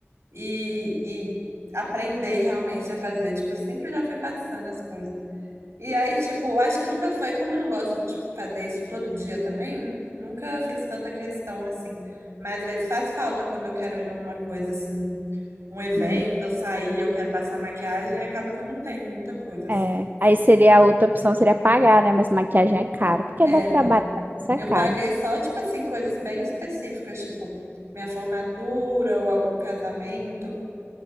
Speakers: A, on the right; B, on the right.
A: e, e aprender realmente a fazer. Tipo, eu sempre já fui passando as coisas. E aí, tipo, acho que nunca foi, como eu não gosto de fazer isso todo dia também, nunca fiz tanta questão assim. Mas às vezes faz falta quando eu quero ir numa coisa assim, um evento,
B: Hum,
A: eu sair, eu quero passar maquiagem, acaba que eu não tenho muita coisa.
B: É.
A: assim.
B: Aí seria a outra opção, seria pagar, né? Mas maquiagem é caro, porque
A: É,
B: dá trabalho,
A: não.
B: isso é
A: Eu
B: caro.
A: paguei só, tipo assim, coisas bem específicas, tipo minha formatura ou algum casamento,